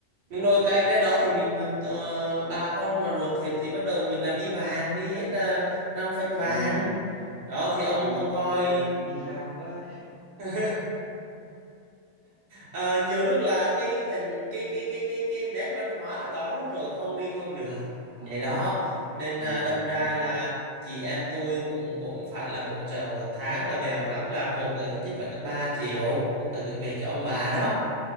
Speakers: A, on the right (about 45°); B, on the right (about 70°).
A: đúng rồi cái cái đó thì mình ờ, bà con mà ruột thịt thì bắt đầu mình là đi vàng đi hết là năm phanh vàng
B: Ừ.
A: đó thì ông
B: Ui
A: ông coi
B: các ông đi sang quá.
A: <laughs> Ờ, nhiều lúc là cái thành cái cái cái cái cái nét văn hóa ở đó luôn rồi không đi không được
B: À
A: vậy đó nên
B: ừ
A: là đâm ra
B: đúng rồi.
A: là chị em tôi cũng cũng phải là hỗ trợ một tháng là bèo lắm là một người ít
B: Ừ.
A: nhất phải được 3 triệu là gửi về cho ông bà
B: Ừ.
A: đó